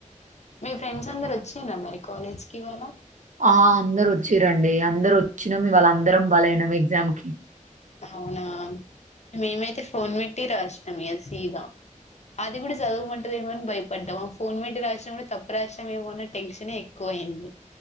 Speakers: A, on the left (about 55°); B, on the right (about 65°).
A: మీ ఫ్రెండ్స్ అందరు వచ్చిార మరి కాలేజ్కిి ఇవాళ
B: ఆ అందరు వచ్చి రండి అందరు వచ్చినాము ఇవాళ్ళ అందరం బలైనం ఎగ్జామ్కిి
A: అవునా మేమైతే ఫోన్ పెట్టి రాసినాం అ సీదాం అది కూడా చదువు మంటది ని భయపడ్డాం ఫోన్ పెట్టి రాసినా కూడా తప్పు రాసినామ ఏమోన్న టెన్షన్ ఎక్కువ అయింది